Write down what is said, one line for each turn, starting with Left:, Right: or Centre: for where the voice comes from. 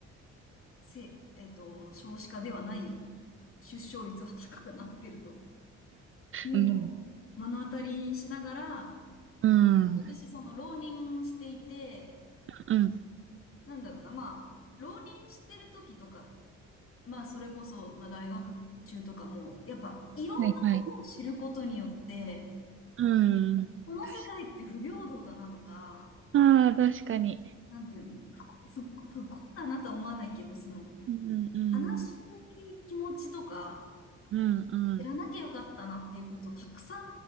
Left: せ、えっと、少子化ではない出生率は高くなってるというのを目の当たりにしながら、
Right: うん。うん。
Left: まあ、私、その、浪人していて、
Right: うん。
Left: なんだろうな、まあ、浪人してる時とか、まあ、それこそ、まあ、大学中とかも、やっぱ、いろんなことを知ることによって、
Right: はい、はい。うん。
Left: この世界って不平等だなとか、
Right: 確か、ああ、確かに。
Left: なんていうの、不、不、不幸だなとは思わないけど、その、
Right: うん、うん。
Left: 悲しい気持ちとか、
Right: うん、うん。
Left: 知らなきゃよかったなっていうことをたくさん